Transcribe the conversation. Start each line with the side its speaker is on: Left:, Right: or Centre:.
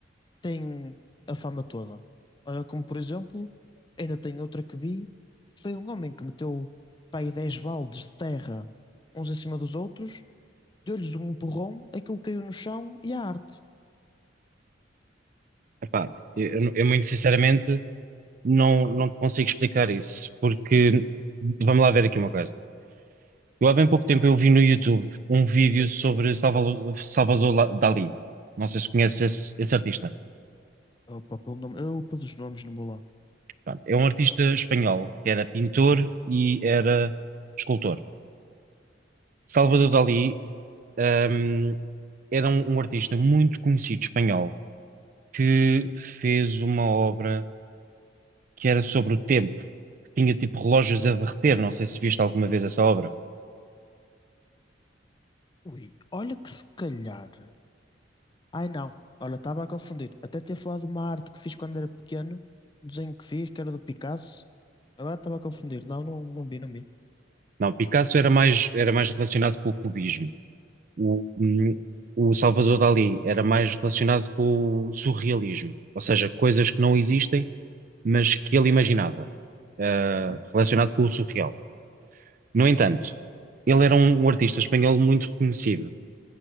Left: tem a fama toda. Olha, como por exemplo, ainda tem outra que vi, foi um homem que meteu pá, aí 10 baldes de terra uns em cima dos outros, deu-lhes um empurrão, aquilo caiu no chão e a arte.
Right: Epá, eu, eu- eu muito sinceramente não, não te consigo explicar isso, porque vamos lá ver aqui uma coisa. Eu há bem pouco tempo eu vi no YouTube um vídeo sobre Salvalo- Salvador, La- Dalí. Não sei se conheces esse, esse artista.
Left: Opa, pelo nome, eu pelos nomes não vou lá.
Right: Pronto, é um artista espanhol que era pintor e era escultor. Salvador Dalí, hum, era um, um artista muito conhecido espanhol que fez uma obra que era sobre o tempo, que tinha tipo relógios a derreter. Não sei se viste alguma vez essa obra.
Left: Ui, olha que se calhar. Ai não, olha, estava a confundir. Até tinha falado de uma arte que fiz quando era pequeno, um desenho que fiz, que era do Picasso. Agora estava a confundir. Não, não, não vi, não vi.
Right: Não, Picasso era mais, era mais relacionado com o cubismo. O, hum, o Salvador Dalí era mais relacionado com o surrealismo, ou seja, coisas que não existem, mas que ele imaginava, ah,
Left: Uhum,
Right: relacionado com o surreal. No entanto, ele era um, um artista espanhol muito reconhecido,